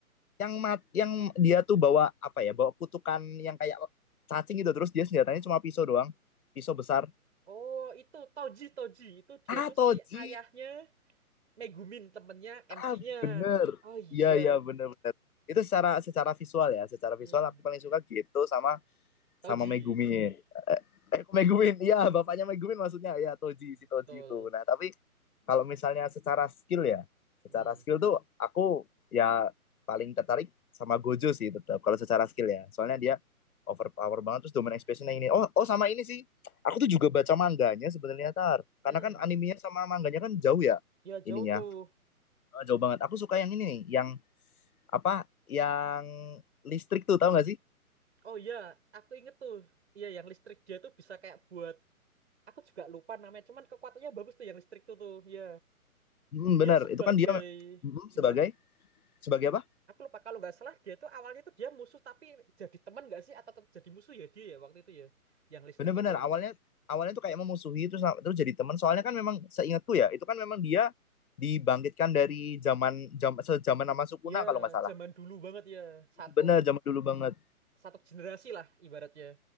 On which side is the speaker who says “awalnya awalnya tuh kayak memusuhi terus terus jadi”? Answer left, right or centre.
Left